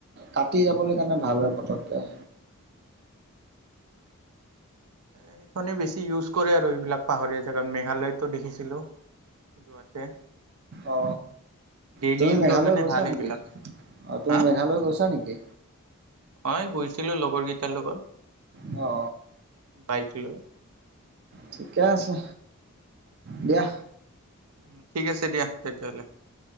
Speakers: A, on the right (about 45°); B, on the right (about 80°).
A: কাটি যাবলৈ কাৰণে ভাল হয় পটককে।
B: এ, সেইখনে বেছি ইউজ কৰে আৰু এইবিলাক পাহৰীয়া জেগাত, মেঘালয়তো দেখিছিলো। যোৱাতে।
A: অ
B: ডেইলি
A: তুমি
B: ইউজৰ
A: মেঘালয়
B: কাৰণে
A: গৈছা
B: ভাল
A: নেকি?
B: এইবিলাক
A: অ' তুমি
B: হা
A: মেঘালয় গৈছা নেকি?
B: হয়, গৈছিলোঁ লগৰকেইটাৰ লগত।
A: অ,
B: বাইক লৈ।
A: ঠিকে আছে, দিয়া।
B: উম, ঠিক আছে দিয়া, তেতিয়াহ'লে